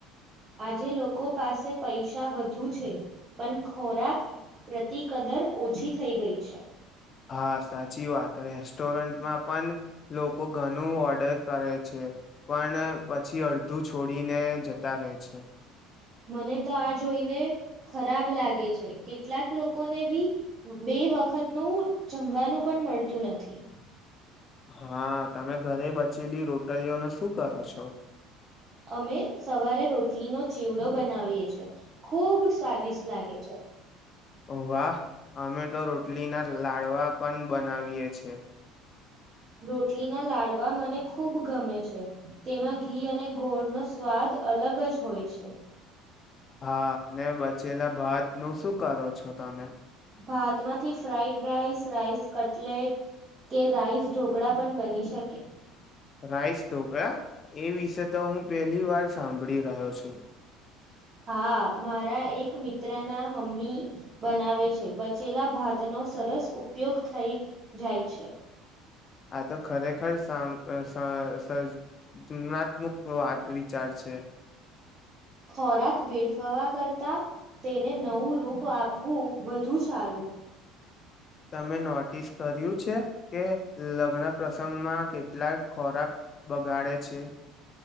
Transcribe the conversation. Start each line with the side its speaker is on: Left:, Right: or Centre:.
Right: આજે લોકો પાસે પૈસા વધુ છે પણ ખોરાક પ્રતિ કદર ઓછી થઈ ગઈ છે.
Left: હા સાચી વાત રેસ્ટોરન્ટમાં પણ લોકો ઘણું ઓર્ડર કરે છે પણ પછી અડધું છોડીને જતા રહે છે.
Right: મને તો આ જોઈને ખરાબ લાગે છે કેટલાક લોકોને બી બે વખતનું જમવાનું પણ મળતું નથી.
Left: હા તમે ઘરે બચેલી રોટલીઓનો શું કરો છો.
Right: અમે સવારે રોટલીનો ચીવડો બનાવીએ છે ખૂબ સ્વાદિષ્ટ લાગે છે.
Left: વાહ અમે તો રોટલીના લાડવા પણ બનાવીએ છેએ.
Right: રોટલીના લાડવા મને ખૂબ ગમે છે તેમાં ઘી અને ગોળનો સ્વાદ અલગ જ હોય છે.
Left: હા અને બચેલા ભાત નું શું કરો છો તમે.
Right: ભાતમાંથી ફ્રઇડ રાઈસ રાઈસ કટલેટ કે રાઈસ ઢોકળા પણ બની શકે.
Left: રાઈસ ઢોકળા એ વિશે તો હું પહેલી વાર સાંભળી રહ્યો છું.
Right: હા મારા એક મિત્ર ના મમ્મી બનાવે છે બચેલા ભાતનો સરસ ઉપયોગ થઈ જાય છે.
Left: આ તો ખરેખર સ સ સજ સજનાત્મક વાત વિચાર છે.
Right: ખોરાક વેડફાવા કરતા તેને નવું રૂપ આપવું વધુ સારું.
Left: તમે નોટિસ કર્યું છે કે લગ્ન પ્રસંગમાં કેટલા ખોરાક બગાડે છે.